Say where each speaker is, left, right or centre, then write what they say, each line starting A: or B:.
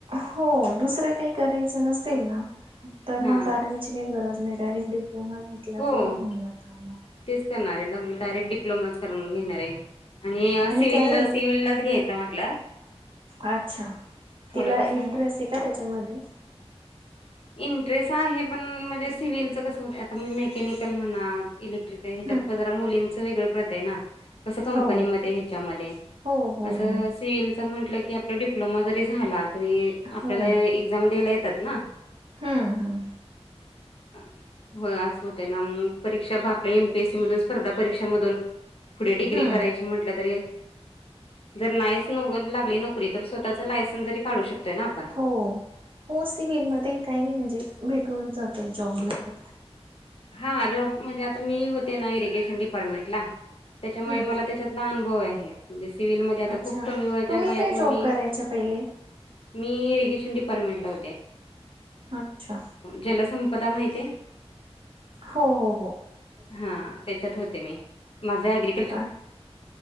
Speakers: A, on the right (about 50°); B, on the left (about 60°).
A: हो, दुसरं काही करायचं नसेल ना तर
B: हा
A: मग बारावीची काय गरज नाही, डायरेक्ट डप्लोमा घेतला
B: हो
A: तरी होऊन जातं मग.
B: तेच करणार आहे. डायरेक्ट डिप्लोमाच, करून घेणार आहे. आणि सिव्हलला,
A: काय नाही
B: सिव्हललाच घ्यायचं म्हटलं.
A: अच्छा,
B: थोडं
A: तिला
B: कसं
A: इंटरेस्ट आहे का त्याच्यामध्ये?
B: इंटरेस्ट आहे, पण म्हणजे सिव्हिलचं कसं होत आता म मेकॅनिकल म्हणा इले ते ह्याच्यात
A: हम्म
B: प जरा मुलींचं, वेगळं पडतंय ना. कसं कंपनीमध्ये,
A: हो
B: ह्याच्यामध्ये
A: हो हो
B: असं
A: हो
B: सिव्हीलचं म्हटलं की आप आपला डिप्लोमा जरी झाला, तरी आपल्याला
A: हो
B: एक्झाम द्यायला येतात ना
A: हम्म्.
B: हो, असं होतंय ना, म्हणून परीक्षा भाप एम. पी. एस. सी. मधून, स्पर्धा परीक्षा मधून पुढे डिग्री
A: हम्म
B: करायची म्हटलं तरी जर नाहीच न लागली नोकरी तर, स्वतःचं लायसन्स जरी काढू शकतोय ना आपण.
A: हो, हो सिव्हलमध्ये काही नाही म्हणजे भेटूनच जातात जॉब एवढे.
B: हा, जॉब म्हणजे आता मी होते ना इरिगेशन डिपार्टमेंटला त्याच्यामुळे
A: हम्म
B: मला त्याच्यात लहान भाऊ आहे म्हणजे सिव्हीलमध्ये आता
A: अच्छा
B: खूप कमी व
A: तुम्ही
B: वयात
A: काय
B: मुली
A: जॉब करायच्या पहिले?
B: मी इरिगेशन डिपार्टमेंटला होते,
A: अच्छा
B: जलसंपदा माहिती आहे?
A: हो हो हो.
B: हा, त्याच्यात होते मी. माझं ॲग्री
A: अच्..